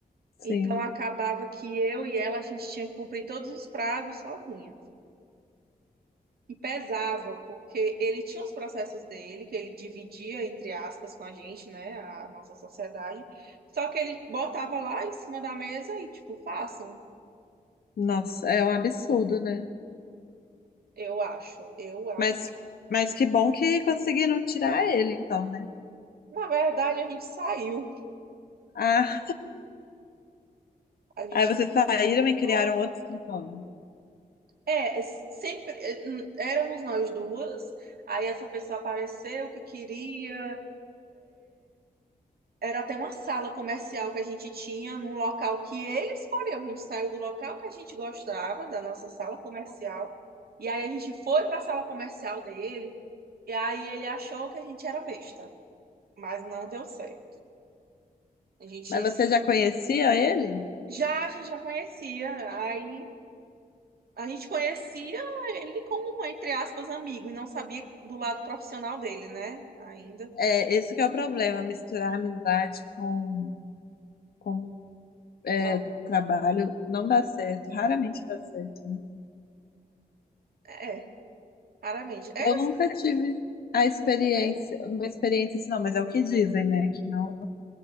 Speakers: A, on the left; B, on the right.
A: Sim.
B: Então acabava que eu e ela, a gente tinha que cumprir todos os prazos sozinha. E pesava, porque ele tinha os processos dele, que ele dividia, entre aspas, com a gente, né, a nossa sociedade, só que ele botava lá em cima da mesa e, tipo, façam,
A: Nossa, é um absurdo, né?
B: eu acho, eu acho.
A: Mas, mas que bom que conseguiram tirar ele, então, né?
B: Na verdade, a gente saiu,
A: Ah,
B: a gente
A: aí vocês saíram
B: cantou.
A: e criaram outro escritório.
B: É, sempre, é, éramos nós duas, aí essa pessoa apareceu que queria, era até uma sala comercial que a gente tinha num local que ele escolheu. A gente saiu do local que a gente gostava, da nossa sala comercial, e aí a gente foi para a sala comercial dele, e aí ele achou que a gente era besta, mas não deu certo. A gente
A: Mas você
B: se-
A: já conhecia ele?
B: já a gente já conhecia, aí a gente conhecia ele como um, entre aspas, amigo, e não sabia do lado profissional dele, né? Ainda.
A: É, esse que é o problema, misturar amizade com com é,
B: Tá.
A: trabalho não dá certo, raramente dá certo, né?
B: É, raramente. É,
A: Eu nunca tive a experiência,
B: nunca teve
A: uma experiência assim, não, mas é o que dizem, né? Que não,